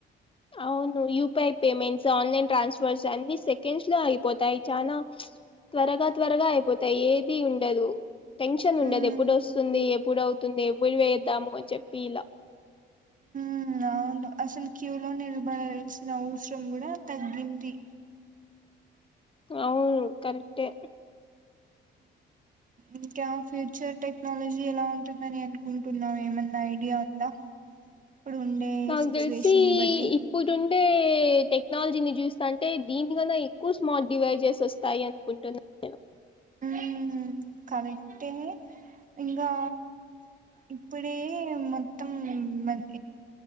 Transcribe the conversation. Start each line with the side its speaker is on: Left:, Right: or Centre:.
Left: అవును యూపిఐ పేమెంట్స్ ఆన్లైన్ ట్రాన్స్ఫర్స్ అన్ని సెకండ్స్ లో అయిపోతాయి చానా త్వరగా త్వరగా అయిపోతాయి ఏది ఉండదు టెన్షన్
Right: మ్మ్
Left: ఉండదు ఎప్పుడు వస్తుంది ఎప్పుడవు తుంది ఎప్పుడు వేదాము అని చెప్పి ఇలా
Right: ఉమ్ అవును అసలు క్యూ లో నిలబడాల్సిన అవసరం కూడా తగ్గింది.
Left: అవును కరెక్టే
Right: ఇంకా ఫ్యూచర్ టెక్నాలజీ ఎలా ఉంటుందని అనుకుంటున్నావు ఏమన్నా ఐడియా ఉందా ఇప్పుడు ఉండే
Left: నాకు
Right: సిచ్యువేషన్ని
Left: తెలిసి
Right: బట్టి
Left: ఇప్పుడుండే టెక్నాలజీని చూస్తాంటే దీనికన్నా ఎక్కువ స్మార్ట్ డివైజెస్ వస్తాయి అనుకుంటున్నా నేను
Right: మ్మ్ కరెక్టే ఇంగా ఇప్పుడే మొత్తం మ